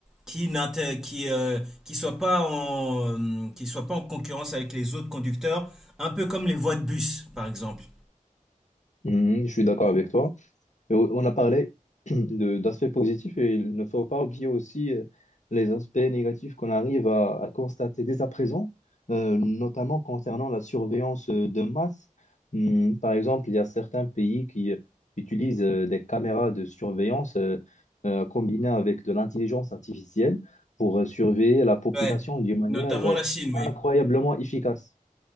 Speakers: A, in the centre; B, on the left.
A: qui n'inté- qui, euh, qui soit pas en, euh, qui soit pas en concurrence avec les autres conducteurs, un peu comme les voies de bus, par exemple.
B: Hmm, je suis d'accord avec toi. Mais on on a parlé <clears throat> de- d'aspects positifs et il ne faut pas oublier aussi euh, les aspects négatifs qu'on arrive à, à constater dès à présent, euh, notamment concernant la surveillance euh, de masse. Hmm, par exemple, il y a certains pays qui euh, utilisent euh, des caméras de surveillance euh, euh, combinées avec de l'intelligence artificielle pour euh, surveiller la population
A: Ouais,
B: d'une manière
A: notamment
B: euh,
A: la Chine,
B: incroyablement
A: oui.
B: efficace.